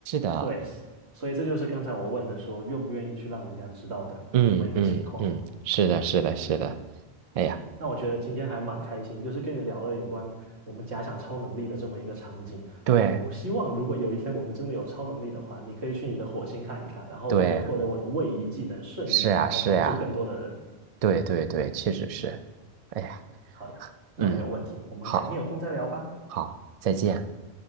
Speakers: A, on the right; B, on the right.
A: 啊，
B: 对，是所以这就是刚才我问的说，愿不愿意去让人家知道的这么一个情况。
A: 嗯嗯嗯，是的，是的，是的，哎呀，
B: 那我觉得今天还蛮开心，就是跟你聊了有关我们假想超能力的这么一个场景。
A: 对
B: 就希望如果有一天我们真的有超能力的话，你可以去你的火星看一看，然后我可以获得我的位移技能瞬移，
A: 对，是呀，
B: 然后帮助更多的人。
A: 是呀，对对对，确实是，哎呀，
B: 好呀，那没有问题，
A: 嗯，
B: 我们改天有空再聊吧，
A: 好，好，再见。